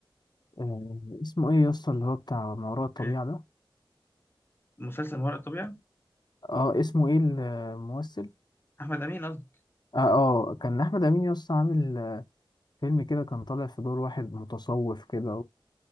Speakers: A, on the left; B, on the left.
A: آه، اسمه ايه يا اسطى اللي هو بتاع ما وراء الطبيعة
B: إيه
A: ده
B: مسلسل ما وراء الطبيعة
A: اه اسمه ايه الممثل
B: أحمد أمين قصدي
A: اه آه، كان احمد امين يا اسطى عامل آه، فيلم كده كان طالع في دور واحد متصوف كده